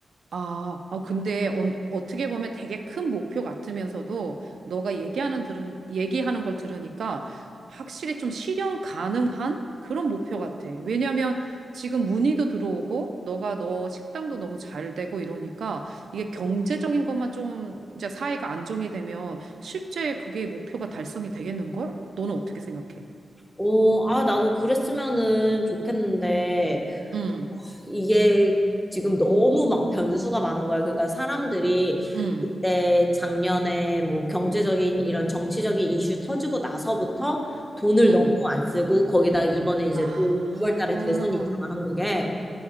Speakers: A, on the right (about 80°); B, in the centre.
A: 아, 아, 근데 엄- 어떻게 보면 되게 큰 목표 같으면서도 너가 얘기하는 들은 얘기하는 걸 들으니까 확실히 좀 실현 가능한 그런 목표 같아. 왜냐면 지금 문의도 들어오고 너가 너 식당도 너무 잘 되고 이러니까 이게 경제적인 것만 좀 이제 사회가 안정이 되면 실제 그게 목표가 달성이 되겠는걸? 너는 어떻게 생각해?
B: 어, 아 나도 그랬으면은 좋겠는데
A: 음,
B: 이게 지금 너무 막 변수가 많은 거야. 그러니까 사람들이
A: 음,
B: 그때 작년에 뭐 경제적인 이런 정치적인 이슈 터지고 나서부터 돈을
A: 음.
B: 너무 안 쓰고 거기다 이번에 이제
A: 아,
B: 또 6월 달에 대선이 있잖아, 한국에.